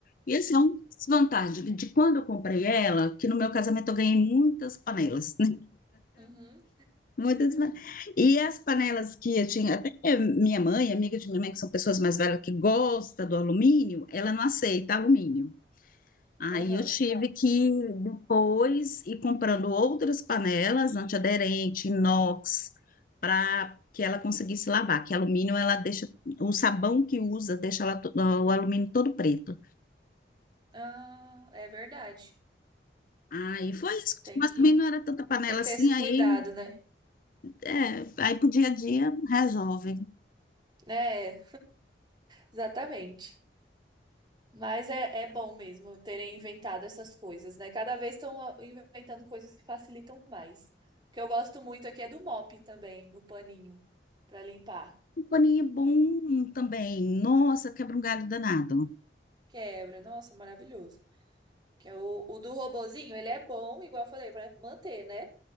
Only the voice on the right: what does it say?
Uhum,
aham.
Ah, é verdade.
Tem
que,
tem que
ter esse
cuidado, né?
É, exatamente. Mas é, é bom mesmo terem inventado essas coisas, né? Cada vez estão ah, inventando coisas que facilitam mais. O que eu gosto muito aqui é do mop também, o paninho para limpar.
Quebra, nossa, maravilhoso. Que é o, o do robozinho, ele é bom, igual eu falei, para manter, né?